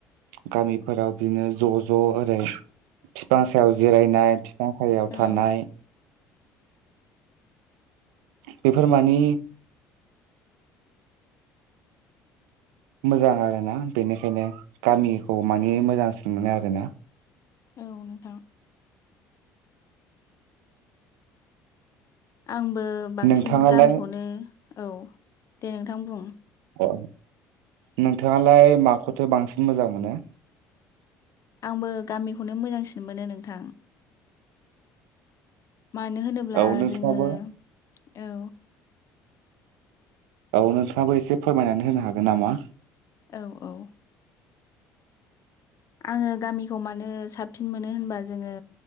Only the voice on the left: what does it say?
औ
औ‌ नोंथां आंबो बांसिन
गामिखौनो औ दे नोंथां बुं
आंबो गामिखौनो मोजांसिन मोनो नोंथां मानो होनोब्ला
जोङो औ
औ औ आङो गामिखौ मानो साबसिन मोनो होनबा जोङो